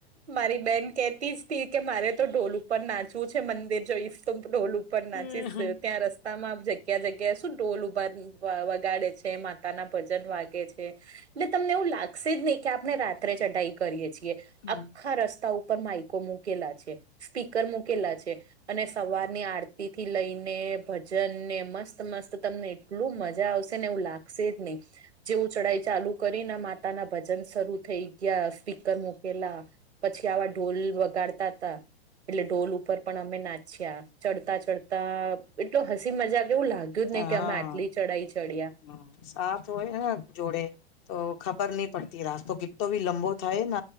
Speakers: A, on the right; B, on the left.
A: મારી બેન કેતી જ કે મારે તો ઢોલ ઉપર નાચવું છે મંદિર જોઈ ઈફ તો ઢોલ ઉપર પણ
B: હમ
A: નાચીસ ત્યાં રસ્તામાં આપ જ્યા. ક્યાં જગ્યાએ શું ઢોલ ઉભા વગાડે છે માતા ના ભજન વાગે છે. એટલે તમને એવું લાગશે જ નહી કે આપણે રાત્રે ચઢાઈ કરીએ છીએ.
B: હમ
A: આખા રસ્તા ઉપર માઈકો મુૂકેલા છે, સ્પીકર મૂકેલા છે. અને સવાર ની આરતી થી લઈને ભ જન ને મસ્ત મસ્ત તમને એટલું મજા આવશે ને એવું લાગશે જ નહી. જેવું ચઢાઈ ચાલુ કરીને માતા ના ભજન શરૂુ થઈ ગયા સ્પીકર મુકી લા પછી આવા ઢોલ વગાડતા હતા. એટલે ઢોલ ઉપર પણ અમે નાચ્યા ચડતા ચડતા એટલો હસી મજા કેવું લાગ્યું. તું
B: હા
A: જ નહી કે અમે આટલી ચઢાઈ ચડ્યા.
B: હા સાથ હોય ને જોડે તો ખબર નહી પડતી રાસ્તો કિતો ભી લંબો થાય ન